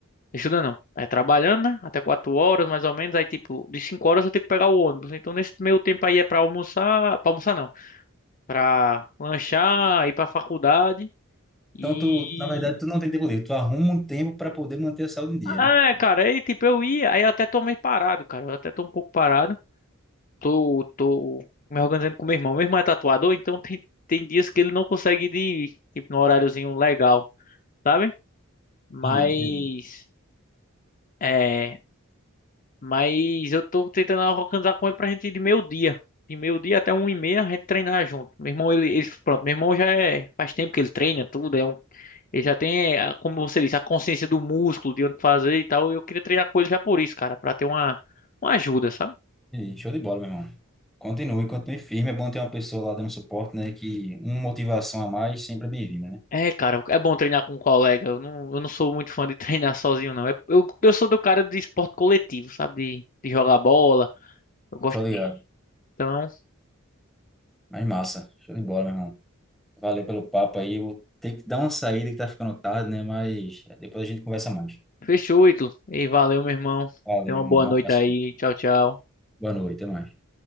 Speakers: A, on the left; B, in the centre.
A: Estudando não. É trabalhando, né? Até quatro horas, mais ou menos. Aí, tipo, de cinco horas eu tenho que pegar o ônibus. Então, nesse meio tempo aí é pra almoçar. Pra almoçar, não. Pra lanchar, ir pra faculdade. E.
B: Então, tu, na verdade, tu não tem tempo livre, tu arruma um tempo para poder manter a saúde em dia,
A: Ah,
B: né?
A: é, cara, aí, tipo, eu ia. Aí eu até tô meio parado, cara. Eu até tô um pouco parado. Tô, tô me organizando com meu irmão. Meu irmão é tatuador, então tem, tem dias que ele não consegue ir, de- tipo, no horáriozinho legal, sabe? Mas.
B: Entendi, entendi.
A: É. Mas eu tô tentando organizar com ele pra gente ir de meio-dia. De meio-dia até um e meia a gente treinar junto. Meu irmão, ele, ele- pronto, meu irmão já é, faz tempo que ele treina tudo, é um, ele já tem, a- como você disse, a consciência do músculo, de onde fazer e tal. Eu queria treinar com ele já por isso, cara, pra ter uma, uma ajuda, sabe?
B: Entendi. Show de bola, meu irmão. Continue, continue firme. É bom ter uma pessoa lá dando suporte, né? Que uma motivação a mais sempre é bem-vinda, né?
A: É, cara, é bom treinar com um colega. Eu não, eu não sou muito fã de <laughs> treinar sozinho, não. É- Eu, eu sou do cara de esporte coletivo, sabe? De, de jogar bola. Eu gosto
B: Tô ligado.
A: disso. Então,
B: Mas massa. Show de bola, meu irmão. Valeu pelo papo aí. Eu vou ter que dar uma saída que tá ficando tarde, né? Mas depois a gente conversa mais.
A: fechou, Ítalo. E valeu, meu irmão.
B: Valeu,
A: Tenha
B: irmão.
A: uma boa
B: Um
A: noite
B: abraço.
A: aí. Tchau, tchau.
B: Boa noite, até mais.